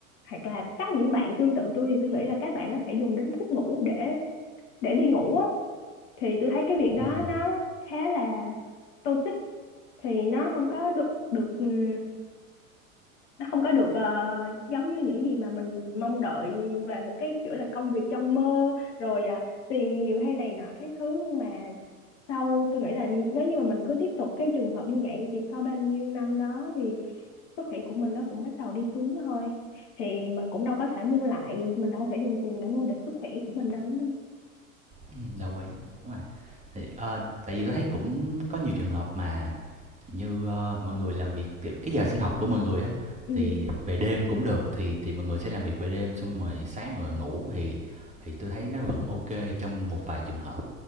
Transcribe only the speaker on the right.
ừm,
ừm, đồng ý, đúng rồi. Thì, ờ, tại vì tôi thấy cũng có nhiều trường hợp mà như ờ, mọi người làm việc kiểu cái giờ sinh học của mọi người á
thì về đêm cũng được thì thì mọi người sẽ làm việc về đêm xong rồi sáng mọi người ngủ thì thì tôi thấy nó vẫn ok trong một vài trường hợp